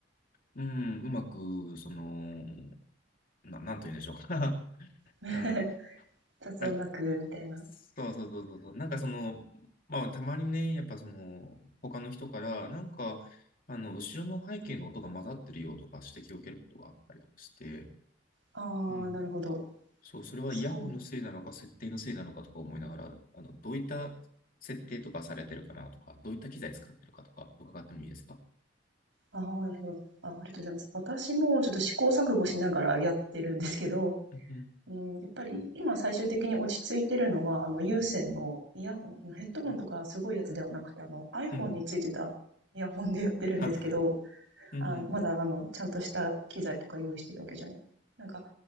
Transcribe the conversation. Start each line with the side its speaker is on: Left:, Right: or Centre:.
Left: うん、うまく、その、な、なんというんでしょうか。
Right: <laughs>
Left: <laughs> うん
Right: 雑音なく、
Left: なん
Right: みたいな。
Left: そうそうそうそうそうなんかそのまあたまにねやっぱその他の人からなんかあの後ろの背景の音が混ざってるよとかして気をつけることがありとかして
Right: ああ、
Left: うん
Right: なるほど。
Left: そうそれはイヤホンのせいなのか設定のせいなのかとか思いながらあのどういった設定とかされてるかなとかどういった機材使ってるかとかとかかってもいいですか
Right: そう。ああ、なるほど。ああ、ありがとうございます。私もちょっと試行錯誤しながらやってるんですけど、
Left: うん
Right: うん、やっぱり今最終的に落ち着いてるのは、あの有線のイヤホン、
Left: うん
Right: あのヘッドホンとかすごいやつではなくて、
Left: うん
Right: あの iPhone
Left: うんうん
Right: についてたイヤホンでやってるんですけど、
Left: はうんうん
Right: あ、まだあの、ちゃんとした機材とか用意してるわけじゃなくて。なんか、